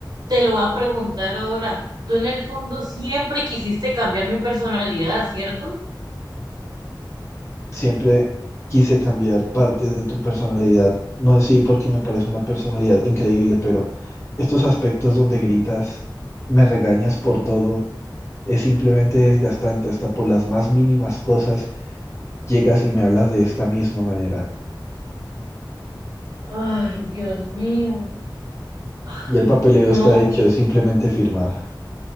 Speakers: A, on the right; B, on the left.
A: te lo voy a preguntar ahora. Tú en el fondo siempre quisiste cambiar mi personalidad, ¿cierto?
B: Siempre quise cambiar partes de tu personalidad, no en sí porque me parece una personalidad increíble, pero estos aspectos donde gritas, me regañas por todo, es simplemente desgastante, hasta por las más mínimas cosas llegas y me hablas de esta misma manera.
A: Ay, Dios mío. Ah,
B: Y el papeleo
A: No,
B: está hecho, es simplemente firmar.